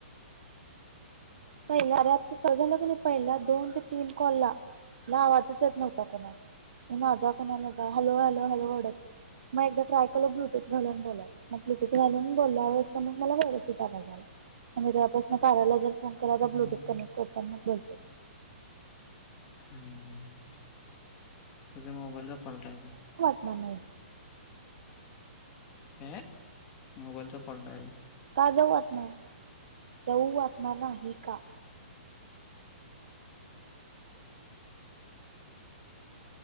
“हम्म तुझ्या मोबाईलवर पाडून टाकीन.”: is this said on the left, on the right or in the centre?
Left